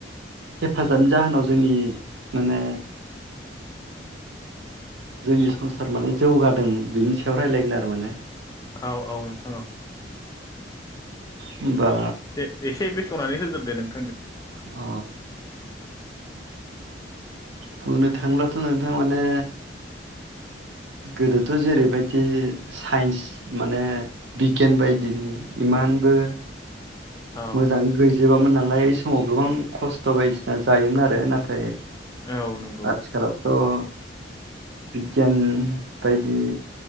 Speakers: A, on the right (about 70°); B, on the left (about 20°).
A: हेफाजाबनि जाहोनाव जोंनि माने जोंनि संसार माने जौगादों बिनि सायाव रायलायगोन आरो माने
B: औ औ नोंथां औ
A: होमबा
B: दे एसे बेखेवनानै होग्रोदो नों
A: अ बुंनो थांलाथ' नोंथां माने गोदोथ' जेरैबायदि साइन्स माने बिगियान बायदिनि इमानबो
B: औ
A: मोजां गैजोबामोन नालाय लाय समाव गोबां खस्थ' बायदिसिना जायोमोन आरो नाथाय
B: औ नंगौ
A: आथिखालावथ' <unintelligible> बिगियान बायदि